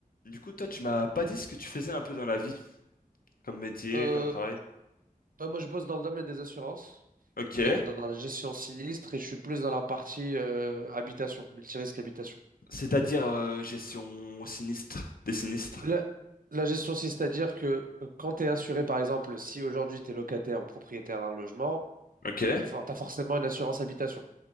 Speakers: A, on the left; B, on the right.
A: Du coup, toi, tu m'as pas dit ce que tu faisais un peu dans la vie, comme métier,
B: Euh,
A: comme travail.
B: bah, moi, je bosse dans le domaine des assurances,
A: Ok.
B: dans, dans, dans la gestion sinistre, et je suis plus dans la partie euh, habitation, multirisque habitation.
A: C'est-à-dire euh, gestion sinistre, des sinistres.
B: La, la gestion, c'est- c'est-à-dire que euh, quand tu es assuré, par exemple, si aujourd'hui tu es locataire ou propriétaire d'un logement,
A: Ok.
B: tu as forcément une assurance habitation